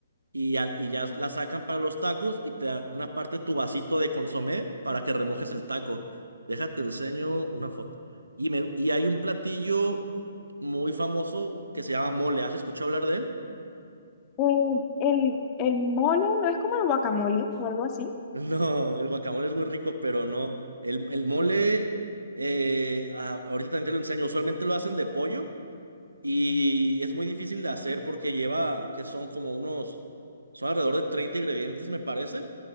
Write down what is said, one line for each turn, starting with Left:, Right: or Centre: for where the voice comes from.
Right: Y, al- y ya la sacan para los tacos y te dan aparte tu vasito de consomé para que remojes el taco. Déjate, enseño una foto. Y, me, y hay un platillo muy famoso que se llama mole. ¿Has escuchado hablar de él?
Left: Eh, el, el mole no es como el guacamole o algo así.
Right: <laughs> No, el guacamole es muy rico, pero no. El, el mole, eh, ah, ahorita también te lo enseño. Usualmente lo hacen de pollo Y es muy difícil de hacer porque lleva, que son como unos, son alrededor de 30 ingredientes, me parece,